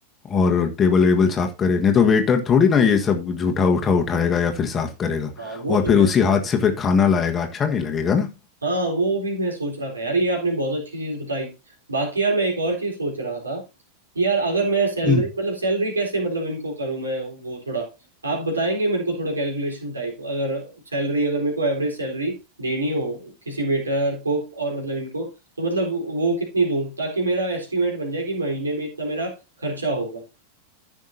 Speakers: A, on the left (about 25°); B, on the right (about 75°).
A: और टेबल वेबल साफ करे नहीं तो वेटर थोड़ी ना ये सब झूठा उठा उठाएगा या फिर साफ करेगा
B: हाँ वो
A: और
B: तो
A: फिर उसी
B: है
A: हाथ से फिर खाना लाएगा अच्छा नहीं लगेगा ना
B: हाँ वो भी मैं सोच रहा था यार ये आपने बहुत अच्छी चीज़ बताई बाकी यार मैं एक और चीज़ सोच रहा था कि यार अगर मैं सैलरी
A: हम्म
B: मतलब सैलरी कैसे मतलब इनको करूँ मैं वो थोड़ा आप बताएंगे मेरे को थोड़ा कैलकुलेशन टाइप अगर सैलरी अगर मेरे को एवरेज सैलरी देनी हो किसी वेटर कुक और मतलब इनको तो मतलब वो कितनी दूँ ताकि मेरा एस्टिमेट बन जाए कि महीने में इतना मेरा खर्चा होगा